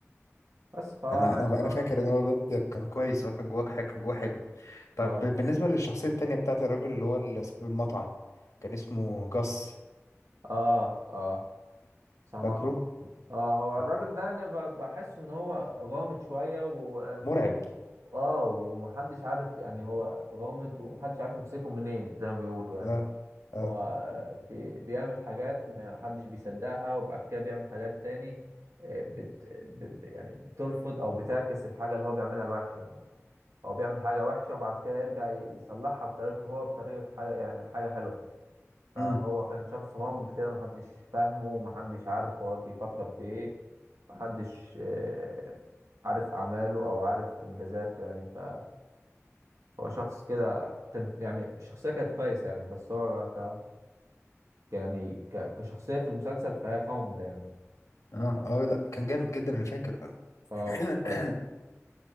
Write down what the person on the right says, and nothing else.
بس ف
<laughs>
اه
اه اه سامع
سامع. اه هو الراجل
ده يعني ب- بحس ان هو غامض شويه و
اه ومحدش عارف يعني هو غامض ومحدش عارف يمسكه منين زي ما بيقولوا يعني
هو آه، بي... بيعمل حاجات محدش بيصدقها وبعد كده بيعمل حاجات تاني آه، بت... ب... ب- يعني بترفض او بتعكس الحاجه اللي هو بيعملها الوحشه يعني هو بيعمل حاجه وحشه وبعد كده يرجع يصلحها بطريقته هو بطريقه حاجه يعني حاجه حلوه فهو
كان شخص غامض كده محدش فاهمه محدش عارف هو بيفكر في ايه محدش آه، عارف أعماله أو عارف إنجازاته يعني فهو شخص كده تم- يعني الشخصية كانت كويسة يعني بس هو ك... يعني ك... كشخصية في المسلسل فهي غامضة يعني
اه
كويس